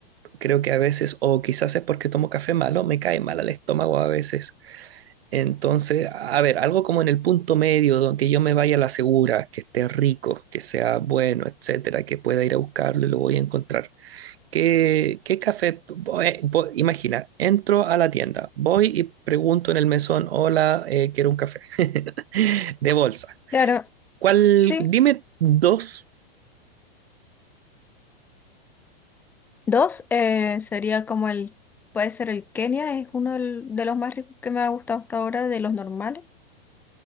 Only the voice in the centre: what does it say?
Claro,
sí.
Dos, eh, sería como el, puede ser el Kenia, es uno del- de los más ricos que me ha gustado hasta ahora, de los normales.